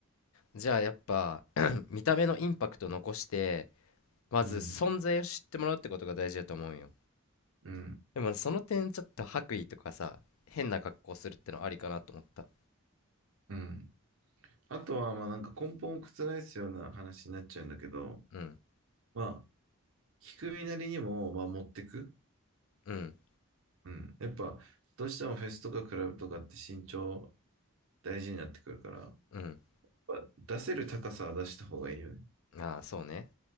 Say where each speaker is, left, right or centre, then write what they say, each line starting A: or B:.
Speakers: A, on the left (about 70°); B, on the right (about 65°).
A: じゃあやっぱ <clears throat> 見た目のインパクト残してまず存在を知ってもらうってことが大事だと思うよ
B: うん。うん。
A: でもその点ちょっと白衣とかさ変な格好するってのありかなと思った
B: うん。あとは、まあなんか根本を覆すような話になっちゃうんだけど、
A: うん
B: まあ、聞く身なりにも、まあ持ってく。
A: うん
B: うん。やっぱ、どうしてもフェスとかクラブとかって身長大事になってくるから、やっ
A: うん
B: ぱ出せる高さは出した方がいいよね。
A: ああーそうね